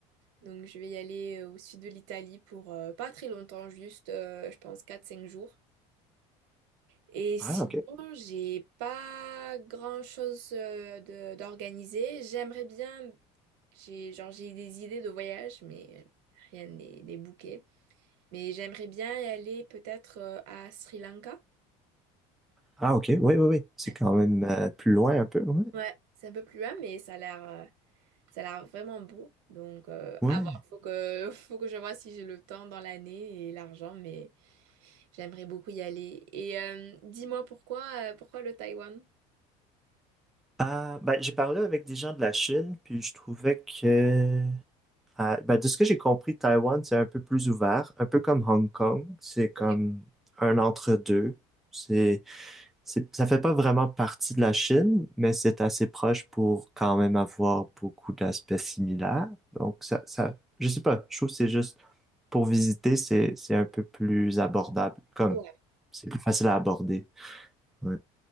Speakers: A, on the right; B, in the centre.
A: Donc, je vais y aller euh, au sud de l'Italie pour euh, pas très longtemps, juste, euh, je pense, quatre cinq jours. Et sinon,
B: Ah, ok.
A: j'ai pas grand-chose euh, de d'organiser. J'aimerais bien, j'ai genre j'ai des idées de voyage, mais rien n'est n'est booké. Mais j'aimerais bien y aller peut-être euh, à Sri Lanka.
B: Ah, ok. Oui, oui, oui. C'est
A: Ouais,
B: quand même euh, plus loin un peu. ouais.
A: Ouais, c'est un peu plus loin, mais ça a l'air euh, ça a l'air vraiment beau. Donc euh,
B: Ouais.
A: à voir, faut que <laughs> faut que je vois si j'ai le temps dans l'année et l'argent, mais j'aimerais beaucoup y aller. Et euh, dis-moi pourquoi euh, pourquoi le Taïwan?
B: Ah, ben, j'ai parlé avec des gens de la Chine, puis je trouvais que, ah, ben, de ce que j'ai compris, Taïwan, c'est un peu plus ouvert, un peu comme Hong Kong. C'est comme
A: Ok.
B: un entre-deux. C'est, c'est, ça fait pas vraiment partie de la Chine, mais c'est assez proche pour quand même avoir beaucoup d'aspects similaires. Donc, ça, ça, je sais pas, je trouve que c'est juste, pour visiter, c'est, c'est un peu plus abordable, comme,
A: Ouais.
B: c'est plus facile à aborder. Ouais.